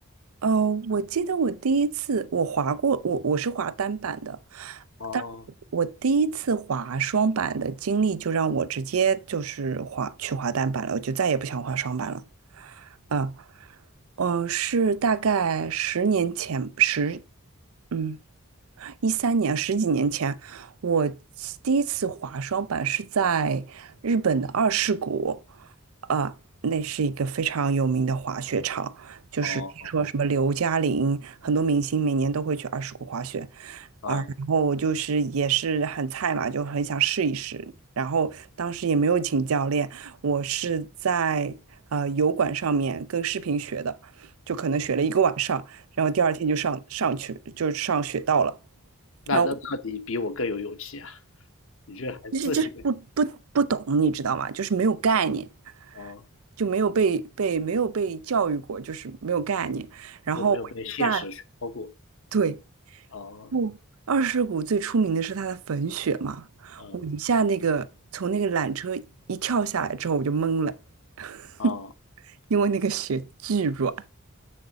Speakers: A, on the right; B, on the left.
A: 哦，我记得我第一次我滑过，我我是滑单板的，
B: 哦
A: 但我第一次滑双板的经历就让我直接就是滑去滑单板了，我就再也不想滑双板了。嗯，呃，是大概十年前，十嗯一三年，十几年前，我第一次滑双板是在日本的二世谷，啊、那是一个非常有名的滑雪场，就是听说什么刘嘉玲，
B: 哦哦
A: 很多明星每年都会去二世谷滑雪
B: 啊，
A: 啊。然后我就是也是很菜嘛，就很想试一试。然后当时也没有请教练，我是在呃油管上面跟视频学的，就可能学了一个晚上，然后第二天就上上去就上雪道了。
B: 那那那你比我更有勇气啊，
A: 啊，
B: 你这还自学
A: 就是就是不不不懂，你知道吗？就是没有概念，
B: 啊，
A: 就没有被被没有被教育过，就是没有概念。然后我一下
B: 就没有被现实熏陶过
A: 对，
B: 啊，
A: 不，二世谷最出名的是它的粉雪嘛，
B: 嗯
A: 我一下那个从那个缆车一跳下来之后，我就懵了，<laughs>
B: 啊
A: 因为那个雪巨软，